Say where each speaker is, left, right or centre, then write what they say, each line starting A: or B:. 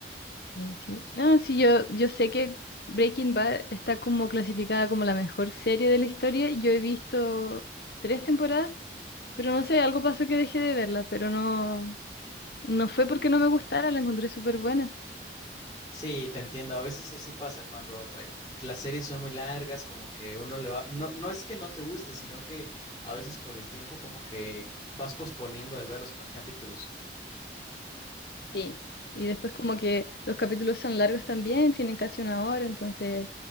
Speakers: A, on the left; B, on the left.
A: Sí, sí. No, sí, yo, yo sé que Breaking Bad está como clasificada como la mejor serie de la historia. Yo he visto tres temporadas, pero no sé, algo pasó que dejé de verla, pero no. No fue porque no me gustara, la encontré súper buena.
B: Sí, te entiendo, a veces así pasa cuando eh, las series son muy largas, como que uno le va, no, no es que no te guste, sino que a veces por el tiempo como que vas posponiendo el ver los pa- capítulos.
A: Sí, Y después como que los capítulos son largos también, tienen casi una hora, entonces